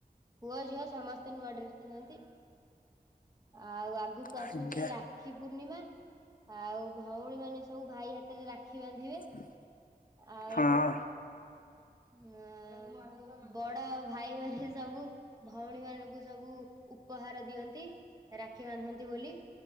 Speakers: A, on the right (about 25°); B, on the left (about 55°).
A: ପୁଅ ଝିଅ ସମସ୍ତେ ନୂଆ ଡ୍ରେସ୍ ପିନ୍ଧନ୍ତି ଆଉ ଆଗକୁ ଆସୁଛି
B: ଆଜ୍ଞା
A: ରାକ୍ଷୀ ରାକ୍ଷୀ ପୂର୍ଣ୍ଣିମା ଆଉ ଭଉଣୀ ମାନେ ସବୁ ଭାଇ ହାତରେ ରାକ୍ଷୀ ବାନ୍ଧିବେ
B: <inaudible>
A: ଆଉ।
B: ହଁ।
A: ହ ବଡ ଭାଇମାନେ ସବୁ। ଭଉଣୀ ମାନଙ୍କୁ ସବୁ ଉପହାର ଦିଅନ୍ତି ରାକ୍ଷୀ ବାନ୍ଧନ୍ତି ବୋଲି।